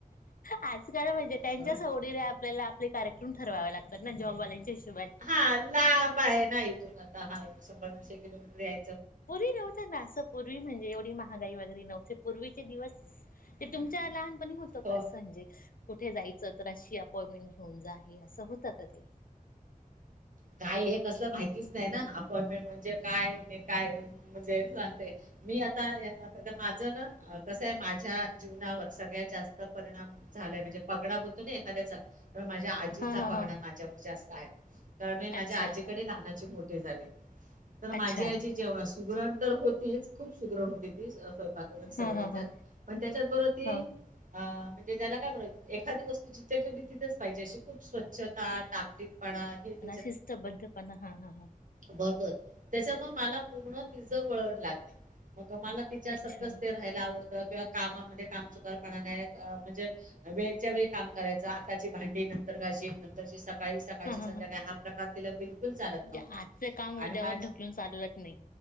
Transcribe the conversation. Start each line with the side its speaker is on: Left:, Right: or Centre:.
Left: आज काल म्हणजे
Right: करतो.
Left: त्यांच्या सवडीने, आपल्याला आपले कार्यक्रम ठरवावे लागतात नं जॉब वालांच्या हिशोब-
Right: हा लांब आहे ना इथून आता हा. शंभर दिडशे किलो मीटर याय-
Left: पूर्वी नव्हत ना असं, पूर्वी म्हणजे एवढी महागाई वगैरे नव्हते पूर्वी- ते दिवस ते तुमच्या लहान- पण हे होतं
Right: हो
Left: का अस म्हंजे. कुठे जायचं तर अशी अपॉइंटमेंट घेऊन जा, हे असं होत का काही?
Right: काय हे कसलं माहितीच नाही ना, अपॉइंटमेंट म्हणजे काय? काय म्हणजे सांगते मी आता आ माझ ना कसं आहे. माझ्या जीवनावर सगळ्यात जास्त परिणाम झालाय म्हणजे पगडा होतो ना एखाद्याचा- तर माझ्या आजीचा
Left: हा हा
Right: पगडा
Left: हा
Right: माझ्यावर जास्त आहे. कारण मी माझ्या
Left: अच्छा
Right: आजीकडे लहानाची मो- झाले. तर माझी
Left: अच्छा
Right: आजी जेव्हा - सुग्रण तर होतीच. खूप सुग्रण हो- स्वयंपाक वगरे सगळच्यात
Left: हा हा हा
Right: पण त्याच्यातबरोबर ती.
Left: हा
Right: अम्म- म्हणजे त्याला काय म्हण एखादी वस्त जिथे ठेवली तिथच पाहिजे अशी खूप स्वचछ- टाप टिपपणा पडा हे -
Left: शिस्तबद्ध पणा हा हा ह.
Right: बरोबर त्याच्यामुळे मला पूर्ण तिच वळण लागणे. मला तिच्यासारखंच
Left: अच्छा
Right: ते राहायला आवडतं. किंवा कामा <unintelligible> म् काम चुकारपणा म्हंजे वेळच्यावेळी काम करायच आत्ताची भांडी नंतर घाशी नंतर स- काळी सकाळच्या
Left: हा हा
Right: संध्याकाळी हा- स्वातीला बी - चाल
Left: म्हणजे
Right: नव
Left: आजचं काम उद्यावर
Right: मा
Left: ढकलून चालत नाही